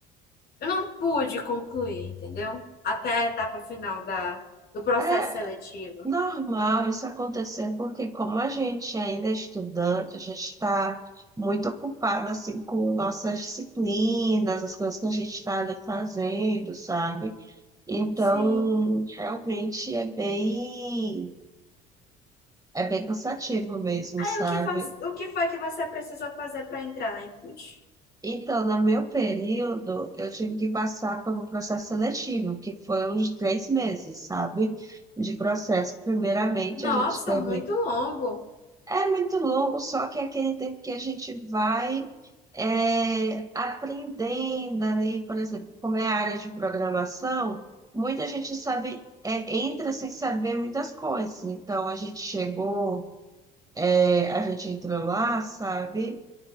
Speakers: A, on the left; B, on the right.
A: eu não pude concluir, entendeu? Até a etapa final da, do processo
B: É,
A: seletivo.
B: Normal isso acontecer, porque como a gente ainda é estudante, a gente está muito ocupado assim com nossas disciplinas, as coisas que a gente está ali fazendo, sabe? Então,
A: Sim.
B: realmente é bem, é bem cansativo mesmo,
A: Aí
B: sabe?
A: o que faz, o que foi que você precisou fazer para entrar na Include?
B: Então, no meu período, eu tive que passar por um processo seletivo, que foi uns três meses, sabe? De processo. Primeiramente,
A: Nossa,
B: a gente teve
A: muito longo.
B: É muito longo, só que é aquele tempo que a gente vai é, aprendendo ali, por exemplo, como é a área de programação, muita gente sabe, é, entra sem saber muitas coisas. Então, a gente chegou, é, a gente entrou lá, sabe?